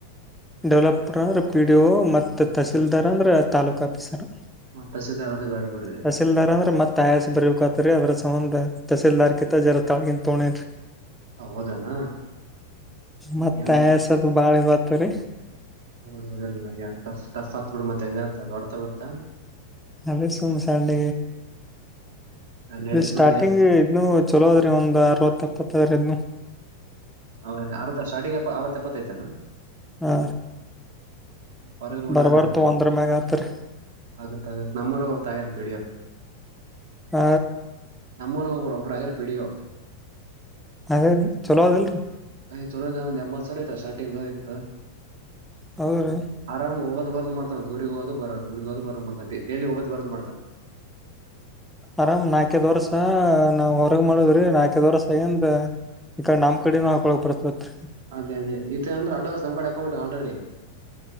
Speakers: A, in the centre; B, on the right.
A: ಡೆವಲಪರ್ ಅಂದ್ರೆ ಪಿ ಡಿ ಮತ್ತ ತಹಸೀಲ್ದಾರ್ ಅಂದ್ರೆ ತಾಲೂಕ ಆಫೀಸರ್
B: ತಹಸೀಲ್ದಾರ್ ಅದು ಬೇಡ ಬಿಡ್ರಿ
A: ತಹಶೀಲ್ದಾರ್ ಅಂದ್ರೆ ಮತ್ತೆ ತಾಯಸ್ ಬರ್ಬೇಕತ್ರಿ ಅದ್ರ ಸಂಬಂಧ ತಸಲ್ದಾರ್ಕ ಜರ ತಳಗ ತೋಣಿರಿ
B: ಆ, ಹೌದನ
A: ಮತ್ತೆಸ
B: ಏನ್
A: ಬಾಳ ಬತ ರೀ
B: ಹೌದೌದಲ್ಲ್ ಟಫ್ ಆತ್ ಬಿಡು ಮತ್ತೆ ಎ ಆತ ಅ ಹೊಡ್ತಾ ಬಿಡತ್ತಾ
A: ಅೇ ಸೋಮಸಂಡ
B: ನಡೀತ್
A: ಸ್ಟಾರ್ಟಿಂಗ
B: ಬಿಡ್ರಿ
A: ಇ ಚಲೋದ್ರಿ ಒಂದ್ ಅರವತ್ತ ಎಪ್ಪತ್ತ್ರದ್ದು
B: ಹೌ ಆ ಸಾರ್ಟಿಂಗ್ಪ್ಪ ಅ ಆ ಎಪ್ಪತ್ತೈತನಾ
A: ಹಾ
B: ಪರವಾಗಿಲ್ಲ ಬಿಡ್ರಿ
A: ಬರಬರ್
B: ಹಂಗಾರೆ
A: ತ
B: ಮತ್ತೆ
A: ಅಂದ್ರ ಮೆಗತ
B: ಆಗತ್ತ ಆಗತ್ ನಮ್ಮರು ತ ಆಗಂತ ಪಿಡಿಯೋ
A: ಹ
B: ನಮ್ಮೂಊ ಒಬ್ಬಬ್ಬರ ಆದರ ಪಡಿಯೋ
A: ಅದೇ ಚಲೋ ಅದಲ್ರರಿ
B: ಯ್ ಚಲೋದ ಒಂದ ಎಂಬತ್ ಸಾವರ ಆಯತ ಸಾರಿಂಗ್ ಆಯ್ತ್
A: ಹೌದ್ರೀ
B: ಆರಾಮ್ ಹೋದು ಬರದು್ತ ಊರಿಗೆ ಹೋಗೋ ಬೋದುಊರಿಗೆೋಗೋ ಬೋ್ತಾನ ಡೇಲಿ ಹೋಗದ ಬೋದು ಮಾಡತೆ
A: ಆರಾಮ್ ನಾಲ್ಕೇದ್ ವರ್ಸ ನಾವ್ ಹೊರಗ ಮಾಡುದ್ರಿ ನಾಲ್ಕದ್ ವರ್ಷ ಏಂತ ಈ ಕ ನಮ್ ಕಡೊ ಹಾಕಳೋಗಕ್ ಬರ್ತ್ವತ್ರ
B: ಅದೇ ಅೇ ಇೇ ಅಂದ್ರ ಅವಾನ್ಸ್ ನಮ ಕಡೆ ಅಕೌಂಟ ಆಲ್ರೆಡಿ